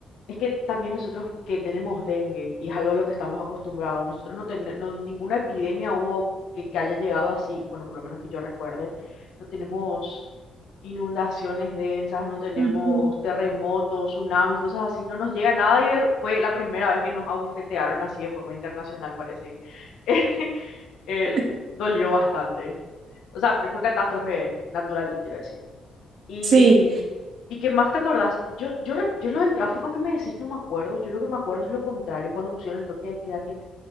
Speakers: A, on the left (about 75°); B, on the right (about 65°).
A: Es que también nosotros que tenemos dengue y es algo a lo que estamos acostumbrados, nosotros no tenemos ninguna epidemia hubo que, que haya llegado así, bueno, por lo menos que yo recuerde, no tenemos inundaciones densas, no tenemos
B: Ujú.
A: terremotos, tsunamis, cosas así, no nos llega nada y de- fue la primera vez que nos abofetearon así de forma internacional, parece. Y <laughs> el
B: <laughs>
A: dolió bastante. O sea, que fue catástrofe natural, te quiero decir. Y,
B: Sí.
A: y qué más te acordás, yo, yo, rec- yo lo del tráfico que me decís no me acuerdo, yo lo que me acuerdo es lo contrario, cuando pusieron el toque de queda, que